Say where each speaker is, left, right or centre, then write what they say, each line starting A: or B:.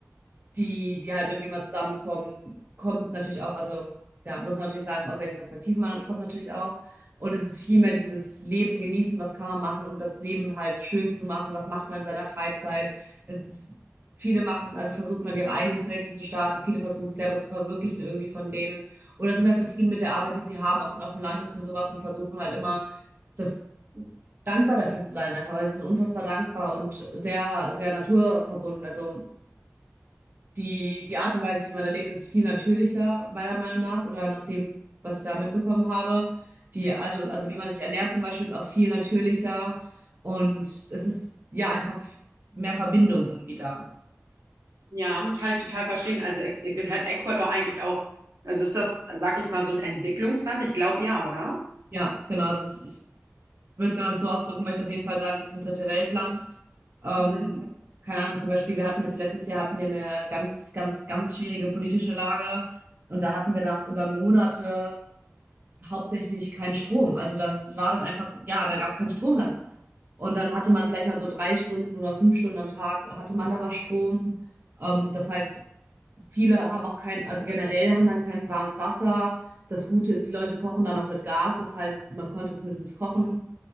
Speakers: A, on the right; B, on the right.
A: die, die halt irgendwie immer zusammenkommen, kommt natürlich auch, also ja, muss man natürlich sagen, aus welcher Perspektive man kommt natürlich auch. Und es ist vielmehr
B: Mhm,
A: dieses Leben genießen, was kann man machen, um das Leben halt schön zu machen, was macht man in seiner Freizeit. Es ist, viele machen, also versuchen dann ihre eigenen Projekte zu starten, viele versuchen sich selber zu verwirklichen irgendwie von denen oder sind halt zufrieden mit der Arbeit, die sie haben, ob es dann auf dem Land ist und sowas und versuchen halt immer das dankbar dafür zu sein, einfach, weil sie sind unfassbar dankbar und sehr, sehr naturverbunden. Also die, die Art und Weise, wie man da lebt, ist viel natürlicher, meiner Meinung nach, oder nach dem, was ich da mitbekommen habe. Die Art
B: mhm.
A: und, also wie man sich ernährt zum Beispiel, ist auch viel natürlicher. Und es ist ja einfach mehr Verbindung irgendwie da.
B: Ja, kann ich total verstehen. Also äh, gehört Ecuador eigentlich auch, also ist das, sag ich mal, so ein Entwicklungsland? Ich glaube ja, oder?
A: Ja, genau. Also es, ich würde es, wenn man es so ausdrücken möchte, auf jeden Fall sagen, es ist ein dritte Weltland. Ähm,
B: Mhm.
A: keine Ahnung, zum Beispiel, wir hatten jetzt letztes Jahr hatten wir eine ganz, ganz, ganz schwierige politische Lage. Und da hatten wir dann auch über Monate hauptsächlich keinen Strom. Also das war dann einfach, ja, da gab es keinen Strom dann. Und dann hatte man vielleicht mal so drei Stunden oder fünf Stunden am Tag, hatte man dann mal Strom. Ähm, das heißt, viele haben auch kein, also generell haben dann kein warmes Wasser. Das Gute ist, die Leute kochen dann noch mit Gas. Das heißt, man konnte zumindest kochen.